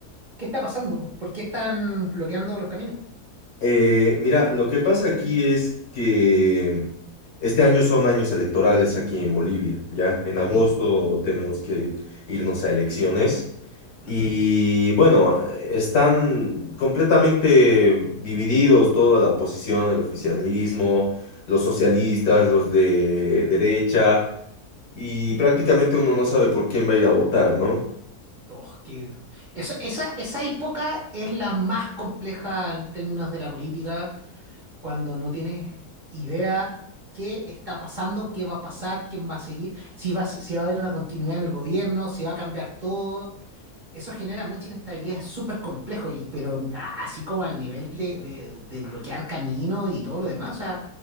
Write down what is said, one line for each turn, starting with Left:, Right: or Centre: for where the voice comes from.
Right: ¿Qué está pasando? ¿Por qué están bloqueando los caminos?
Left: Eh, mira, lo que pasa aquí es que este año son años electorales aquí en Bolivia, ¿ya? En
Right: Ok.
Left: agosto tenemos que irnos a elecciones
Right: ujú.
Left: y bueno, están completamente divididos toda la oposición, el oficialismo, los socialistas, los de derecha y prácticamente uno no sabe por quién va a ir a votar, ¿no?
Right: Oh, qué- Esa, esa, esa época es la más compleja en términos de la política, cuando no tienes idea qué está pasando, qué va a pasar, quién va a seguir, si va, a- si va a haber una continuidad en el gobierno, si va a cambiar todo. Eso genera mucha inestabilidad, es súper complejo, y, pero ah, así como al nivel de, de- de bloquear camino y todo lo demás, o sea,